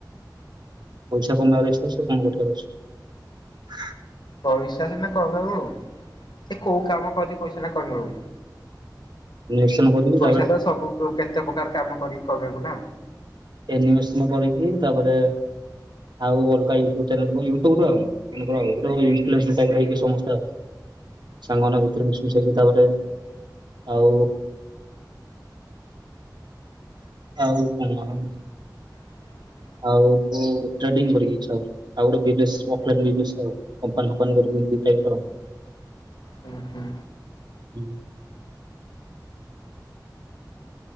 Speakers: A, on the right (about 70°); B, on the left (about 80°).
A: ପଇସା କମେଇବାର ଇଛା ଅଛି ଆଉ କଣ କରିବାର ଅଛି।
B: ପଇସା ସିନା କରିଦେବୁ ଏ କୋଉ କାମ କରି ପଇସା ଟା କରିଦବୁ?
A: ଇନଭେଷ୍ଟମେଣ୍ଟ କରିକି
B: ପଇସା
A: ତାପରେ
B: ତ ସବୁ ପ୍ରକା କେତେ ପ୍ରକାର କାମ କରିକି କମେଇବୁ ନା
A: ଏନିମେସନ କରିକି ତାପରେ ଆଉ ଅଲଗା ୟୁଟୁବ୍ ଚାନେଲ ଖୋଲିବୁ ୟୁଟୁବ୍ ରୁ ଆଉ ୟୁଟୁବ ରିପ୍ଲସ୍ ସେଟେଲ ସମସ୍ତେ ସାଙ୍ଗମାନଙ୍କ ଭିତରେ ମିଶି ମିଶାକି ତାପରେ ଆଉ ଆଉ ତମର?
B: <inaudible>
A: ଆଉ ଟ୍ରେଡିଙ୍ଗ୍ କରିକି ଇଛା ହଉଚି ଆଉ ଗୋଟେ ବିଜିନେସ୍ କମ୍ପାନୀ ବିଜିନେସ୍ କମ୍ପାନୀ ଫମ୍ପାନୀ କରିକି ଟାଇପ୍ ର
B: ହୁଁ। ହୁଁ
A: ହୁଁ।